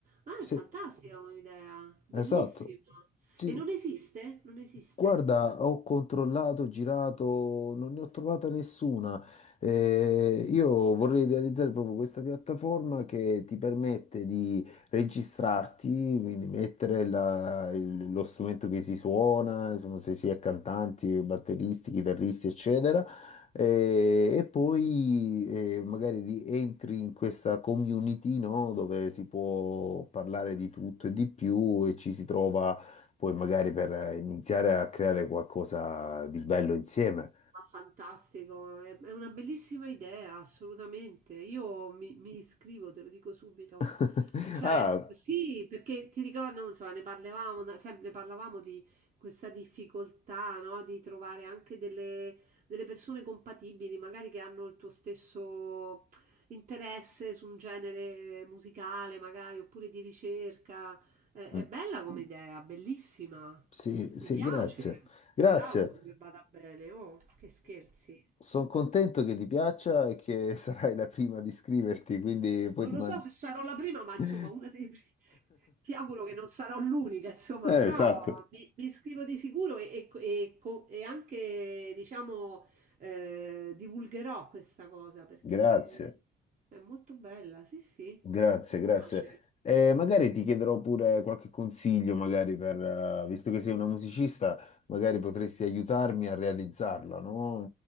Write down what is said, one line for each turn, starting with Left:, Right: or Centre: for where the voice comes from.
Right: Ah,
Left: sì,
Right: è fantastica come idea, bellissima.
Left: esatto. Sì,
Right: E non esiste? Non esiste?
Left: Guarda, ho controllato, girato, non ne ho trovata nessuna. Eh, io vorrei realizzare proprio questa piattaforma che ti permette di registrarti, quindi mettere la- il- lo strumento che si suona, insomma, se si è cantanti, batteristi, chitarristi, eccetera. Eh, E, poi eh, magari ri- entri in questa community, no? Dove si può parlare di tutto e di più e ci si trova poi magari per eh, iniziare a creare qualcosa di bello insieme.
Right: Ma fantastico, è è una bellissima idea, assolutamente. Io mi, mi iscrivo, te lo dico subito.
Left: <laughs>
Right: Cioè,
Left: Ah,
Right: sì, perché ti ricordo, non so, ne parlavamo, da- sempre parlavamo di questa difficoltà, no? Di trovare anche delle, delle persone compatibili, magari che hanno il tuo stesso interesse su un genere musicale, magari, oppure di ricerca. È,
Left: mm,
Right: è bella come idea, bellissima.
Left: sì,
Right: Mi
Left: sì,
Right: piace,
Left: grazie. Grazie.
Right: te l'auguro che vada bene, oh, che scherzi.
Left: sono contento che ti piaccia e che <laughs> sarai la prima ad iscriverti, quindi poi
Right: Non
Left: ti
Right: lo
Left: mando...
Right: so se sarò la prima, ma insomma,
Left: <laughs>
Right: una dei primi. <laughs> Ti auguro che non sarò l'unica, insomma,
Left: Eh,
Right: però
Left: esatto.
Right: mi, mi iscrivo di sicuro e, e co- e co- e anche, diciamo, eh, divulgherò questa cosa perché
Left: Grazie.
Right: è molto bella, sì, sì,
Left: Grazie,
Right: mi
Left: grazie.
Right: piace, sì,
Left: Eh,
Right: sì.
Left: magari ti chiederò pure qualche consiglio, magari per, eh, visto che sei una musicista, magari potresti aiutarmi a realizzarla, no?